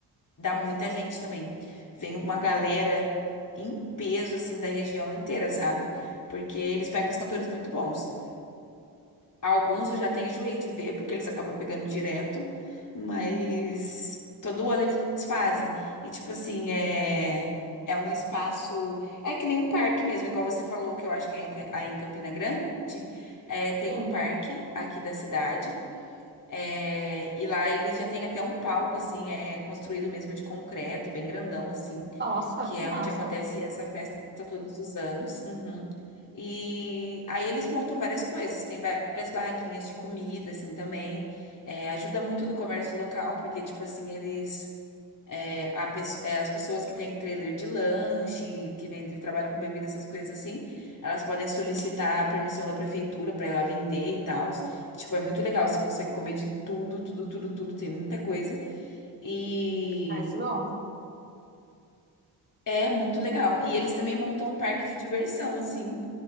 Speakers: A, on the left; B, on the right.
A: Dá muita gente também. Vem uma galera em peso, assim, da região inteira, sabe? Porque eles pegam os cantores muito bons. Alguns eu já tenho enjoei de ver, porque eles acabam pegando direto, mas todo ano eles fazem. E, tipo assim, é. É um espaço. É que nem um parque mesmo, igual você falou, que eu acho que é em Ca- aí em Campina Grande. É, tem
B: sim.
A: um parque aqui da cidade. É, e lá eles já têm até um palco, assim, é construído mesmo de concreto, bem grandão, assim,
B: Nossa,
A: que
B: que
A: é
B: massa.
A: onde acontece essa festa todos os anos. Uhum. E aí eles montam várias coisas, tem várias barraquinhas de comida, assim, também. É, ajuda muito no comércio local, porque, tipo assim, eles a pes- é, as pessoas que têm trailer de lanche, que vendem, que trabalham com bebida, essas coisas assim, elas podem solicitar a permissão da prefeitura para ir lá vender e tal. Tipo, é muito legal, você consegue comer de tudo, tudo, tudo, tudo, tem muita coisa. E
B: Parece bom.
A: é muito legal. E eles também montam um parque de diversão, assim,